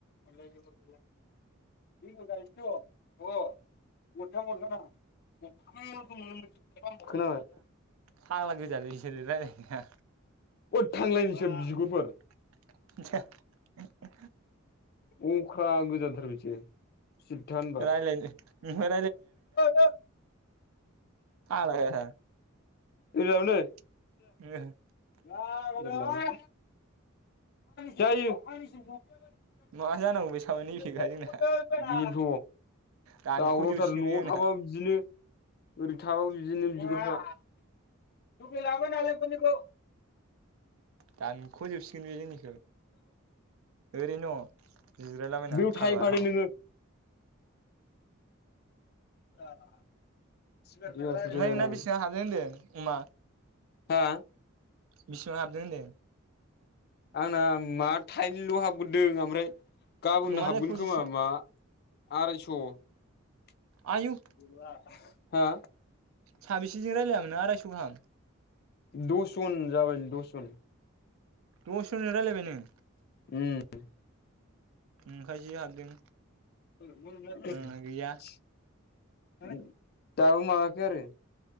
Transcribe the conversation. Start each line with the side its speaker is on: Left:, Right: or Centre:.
Left: <unintelligible> खोनाबाय
Right: फांग्ला गोजालै बिसोर रायलारनाया।
Left: अद थांलाय नोंसोर बिगुरफोर।
Right: <unintelligible>
Left: अख्रा गोजाथार बिसोर। सिरिथा होनबा
Right: रायलायनो ओमफ्राय
Left: <inaudible>
Right: फाग्लाजाबायदां।
Left: अबेयावनो।
Right: <unintelligible>
Left: लावरा। जायो। <unintelligible> बेनोथ'।
Right: माबा जानांगौ बे साबा नैबेखा जोंना दानख'जोबसिगोन
Left: दावरावथार न'आव
Right: बे आंना
Left: थाबाबो बिदिनो। ओरै थाबाबो बिदिनो बिगुरफोरा <unintelligible>
Right: दानख'जोबसिगोन बे जोंनिखौ ओरैनो दङ। जिरायलाबायना
Left: बेयाव थाहैफादो
Right: कालभाराव।
Left: नोङो <unintelligible> जोलैनि
Right: नोंना बेसेबां हाबदों होनदों। मा?
Left: हा।
Right: बेसेबां हाबदों होनदों?
Left: आंना मा थाइनैल' हाबग्रोदों ओमफ्राय। गाबोननो
Right: नङालाय
Left: हाबगोन
Right: पसिसजों
Left: खोमा मा। आरायस'। उम
Right: आयौ
Left: गैला। हा।
Right: साबेसेजों रायज्लायामोन नों आरायस' गाहाम।
Left: दसजन जाबाय दसजन।
Right: दसजनजों रायज्लायबाय नों।
Left: उम।
Right: ओंखायसो हाबदों।
Left: <unintelligible>
Right: आंना गैया
Left: दाबो माबायाखै आरो?